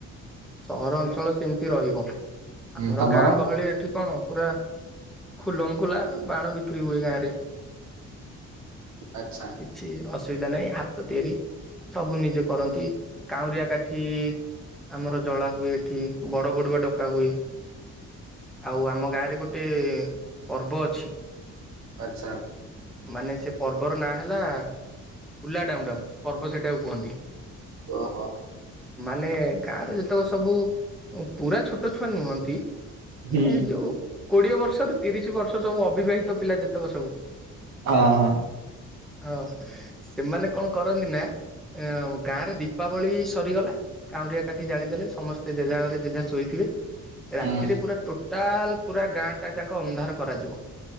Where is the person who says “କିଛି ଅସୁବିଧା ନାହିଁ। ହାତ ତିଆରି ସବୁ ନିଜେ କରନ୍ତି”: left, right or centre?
Centre